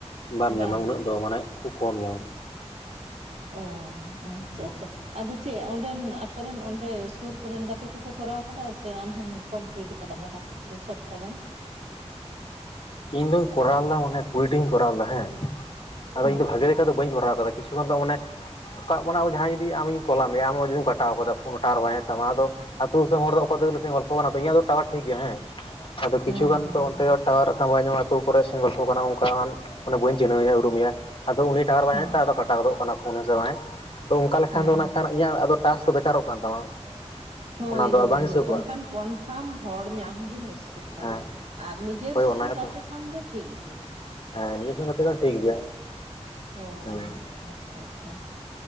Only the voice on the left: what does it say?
ᱵᱟᱢ
ᱧᱟᱢᱟ ᱩᱱᱟᱹᱜ ᱫᱚ ᱢᱟᱱᱮ ᱠᱷᱩᱵ ᱠᱚᱢ ᱧᱟᱢ
ᱚᱝᱠᱟ
ᱤᱧ ᱫᱚᱧ ᱠᱚᱨᱟᱣ ᱞᱮᱫᱟ ᱢᱟᱱᱮ ᱠᱩᱲᱤᱴᱤᱧ ᱠᱚᱨᱟᱣ ᱞᱮᱫᱟ ᱦᱮᱸ ᱟᱫᱚ
ᱤᱧ ᱫᱚ ᱵᱷᱟᱜᱮ ᱞᱮᱠᱟ ᱫᱚ ᱵᱟᱹᱧ ᱠᱚᱨᱟᱣ ᱠᱟᱫᱟ ᱠᱤᱪᱷᱩ ᱛᱚᱠᱷᱚᱱ ᱫᱚ ᱢᱟᱱᱮ ᱠᱟᱜ ᱢᱟᱱᱮ ᱡᱟᱦᱟᱸᱭ ᱡᱩᱫᱤ ᱟᱢᱤᱧ ᱠᱚᱞ ᱟᱫ ᱢᱮᱭᱟ ᱟᱢᱟᱜ ᱡᱩᱫᱤᱢ ᱠᱟᱴᱟᱣ ᱠᱟᱫᱟ ᱯᱷᱳᱱ ᱴᱟᱣᱟᱨ ᱵᱟᱭ ᱧᱟᱢᱮᱫ ᱛᱟᱢᱟ ᱟᱫᱚ ᱟᱹᱛᱩ ᱫᱤᱥᱚᱢ ᱦᱚᱲ ᱫᱚ ᱚᱠᱟᱭ ᱫᱚᱧ ᱜᱚᱞᱯᱚ ᱠᱟᱱᱟ ᱛᱚ ᱤᱧ ᱫᱚ ᱴᱟᱣᱟᱨ ᱴᱷᱤᱠ ᱜᱮᱭᱟ ᱦᱮᱸ ᱟᱫᱚ
ᱠᱤᱪᱷ ᱜᱟᱱ
ᱛᱚ ᱚᱱᱛᱮ
ᱴᱟᱣᱟᱨ ᱵᱟᱭ ᱧᱟᱢᱟ ᱟᱹᱛᱩ ᱠᱚᱨᱮ ᱥᱮᱜᱚᱞᱯᱷᱚ ᱠᱟᱱᱟ ᱚᱱᱠᱟᱱ ᱵᱟᱹᱧ ᱪᱤᱱᱦᱟᱹᱣ ᱮᱭᱟ ᱩᱨᱩᱢᱮᱭᱟ ᱟᱫᱚ ᱩᱱᱤ ᱴᱟᱣᱟᱨ ᱵᱟᱭ
ᱧᱟᱢᱮᱛᱟᱭ ᱟᱫᱚ ᱠᱟᱴᱟᱣ ᱜᱚᱫᱚᱜ ᱠᱟᱱᱟ ᱯᱷᱳᱱ ᱦᱮᱥᱮ ᱵᱟᱝ ᱟᱫᱚ ᱚᱱᱠᱟ ᱞᱮᱠᱷᱟᱱ
ᱫᱚ ᱠᱷᱟᱱ ᱤᱧᱟᱹᱜ ᱴᱟᱥᱠ ᱫᱚ ᱵᱮᱠᱟᱨᱚᱜ ᱠᱟᱱ ᱛᱟᱢᱟ
ᱚᱱᱟ ᱫᱚ
ᱵᱟᱝ ᱦᱤᱥᱟᱹᱵᱚᱜᱼᱟ
ᱦᱮᱸ
ᱦᱳᱭ ᱚᱱᱟ
ᱜᱮᱛᱚ
ᱦᱮᱸ ᱱᱤᱭᱟᱹ ᱥᱚᱸᱜᱮᱛᱮ ᱴᱷᱤᱠ ᱜᱮᱭᱟ
ᱦᱩᱸ